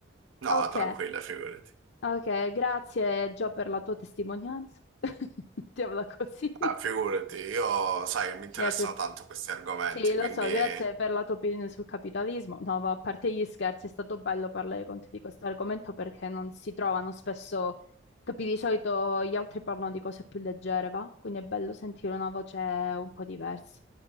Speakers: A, on the right; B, on the left.
A: No,
B: Ok.
A: tranquilla, figurati.
B: Ok, grazie Gio per la tua testimonianza. <laughs> Mettiamola così.
A: Ah, figurati, io sai che mi interessano
B: Grazie.
A: tanto questi argomenti,
B: Sì, lo
A: quindi
B: so,
A: <laughs>
B: grazie per la tua opinione sul capitalismo. No, ma a parte gli scherzi, è stato bello parlare con te di questo argomento perché non si trovano spesso, capi, di solito gli altri parlano di cose più leggere, va? Quindi è bello sentire una voce un po' diversa.